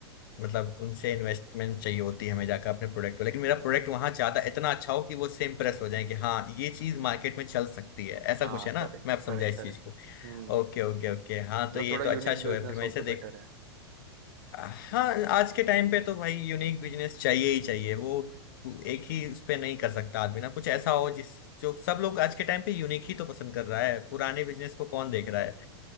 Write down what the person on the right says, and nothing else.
हाँ
करेक्ट
करेक्ट
करेक्ट
हम्म
मतलब
थोड़ा
यूनिक
बिजनेस
हो
तो
बेटर है